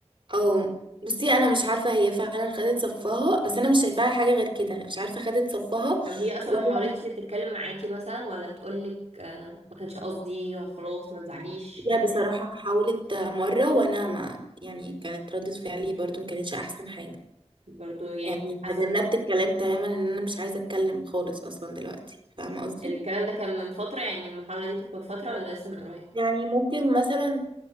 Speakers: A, on the right; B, on the right.
A: اه بصي انا مش عارفة هي فعلا خدت صفها بس انا مش شايفاها حاجة غير كده مش عارفة خدت صفها
B: طب هي اصلا
A: ولا
B: ما حاولتش تتكلم معاكي مثلا ولا تقولك آه، ما كانش قصدي خلاص ما تزعليش
A: لا
B: كده
A: بصراحة
B: يعني
A: حاولت مرة وأنا ما يعني كانت ردة فعلي برضو ما كانتش أحسن حاجة
B: برضو يعني
A: يعني
B: كنت حاسة
A: تجنبت
B: ان
A: الكلام تماما إن أنا مش عايزة أتكلم خالص أصلا دلوقتي فاهمة قصدي؟
B: الكلام ده كان من فترة يعني المحاولة دي كانت من فترة ولا لسه من قريب
A: يعني ممكن مثلا